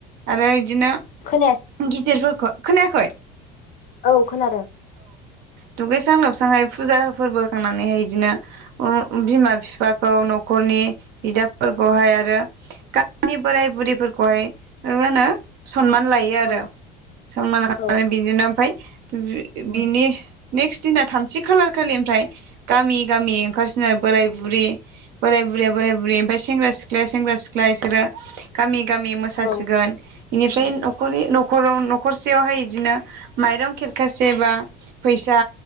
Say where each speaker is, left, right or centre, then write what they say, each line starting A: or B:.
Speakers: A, on the right (about 65°); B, on the left (about 50°).
A: आरो इदिनो
B: खोनायासै
A: गिदिरफोर खो खोनाखै
B: औ। खोनादों।
A: दुगैस्रां लोबस्रांहाय फुजा फोरबोखांनानैहाय इदिनो बिमा बिफाखौ नखरनि बिदाफोरखौहाय आरो गामिनि बोराय बुरैफोरखौहाय ओ माओनो सनमान लायो आरो
B: औ
A: सनमान लानानै
B: औ
A: बिदिनो ओमफाय <unintelligible> बिनि नेक्स्ट दिना थामथि खालार खालि ओमफ्राय गामि गामि ओंखारसिनो आरो बोराय बुरि बोराय बुरैया बोराय बुरै ओमफ्राय सेंग्रा सिख्लाया सेंग्रा सिख्लाय बिसोरो गामि गामि मोसासिगोन।
B: औ
A: इनिफ्राय न' न'खरनि-न'खर न'खरसेयावहाय बिदिनो माइरं खेरखासे फैसा